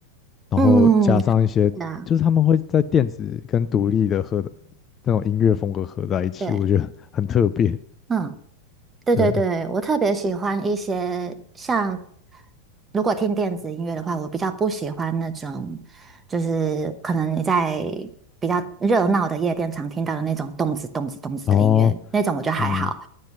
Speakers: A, on the left; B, on the right.
A: 然后加上一些，
B: 嗯，对啊，
A: 就是他们会在电子跟独立的和的那种音乐风格合在一起，
B: 对，
A: 我觉得很特别。
B: 嗯对对对，
A: 对，
B: 我特别喜欢一些像，如果听电子音乐的话，我比较不喜欢那种，就是可能你在比较热闹的夜店常听到的那种动子动子动子的音乐，
A: 然后，
B: 那种我觉得还好。
A: 嗯，